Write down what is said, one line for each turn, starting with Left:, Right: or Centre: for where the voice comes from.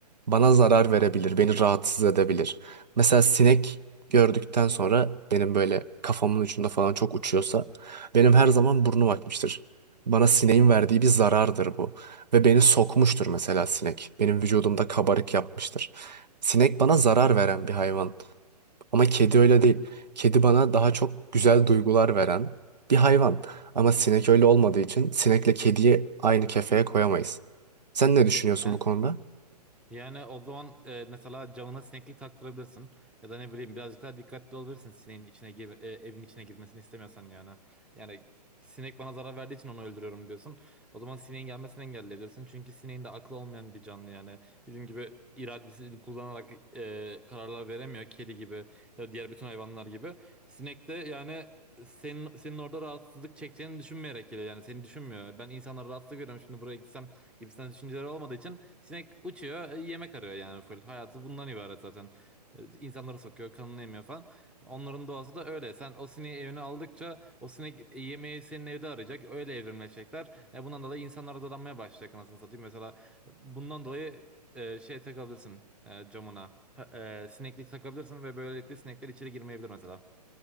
Right: bana zarar verebilir, beni rahatsız edebilir. Mesela sinek gördükten sonra benim böyle kafamın ucunda falan çok uçuyorsa benim her zaman burnum akmıştır. Bana sineğin verdiği bir zarardır bu. Ve beni sokmuştur mesela sinek. Benim vücudumda kabarık yapmıştır. Sinek bana zarar veren bir hayvan. Ama kedi öyle değil. Kedi bana daha çok güzel duygular veren bir hayvan. Ama sinek öyle olmadığı için sinekle kediyi aynı kefeye koyamayız. Sen ne düşünüyorsun
Centre: Ben
Right: bu konuda?
Centre: Yani o zaman e, mesela camına sineklik taktırabilirsin. Ya da ne bileyim birazcık daha dikkatli olabilirsin sineğin içine gir e, evin içine girmesini istemiyorsan yani. Yani sinek bana zarar verdiği için onu öldürüyorum diyorsun. O zaman sineğin gelmesini engelleyebilirsin. Çünkü sineğin de aklı olmayan bir canlı yani. Bizim gibi iradesini kullanarak e, kararlar veremiyor. Kedi gibi ya da diğer bütün hayvanlar gibi. Sinek de yani senin senin orada rahatsızlık çekeceğini düşünmeyerek geliyor yani seni düşünmüyor. Ben insanlara rahatsızlık veriyorum şimdi buraya gitsem gibisinden düşünceleri olmadığı için sinek uçuyor e, yemek arıyor yani full. Hayatı bundan ibaret zaten. E, İnsanları sokuyor kanını emiyor falan. Onların doğası da öyle. Sen o sineği evine aldıkça o sinek e, yemeği senin evde arayacak. Öyle evrimleşecekler. E bundan dolayı insanlara dadanmaya başlayacak anasını satayım. Mesela bundan dolayı e, şey takabilirsin e, camına. Pa- e, sineklik takabilirsin ve böylelikle sinekler içeri girmeyebilir mesela.